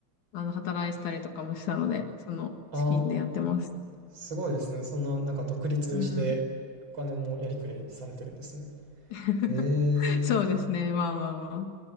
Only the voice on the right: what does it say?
ああ、すごいですね。そんな、なんか独立して、
お金もやりくりされてるんですね。
へ
え、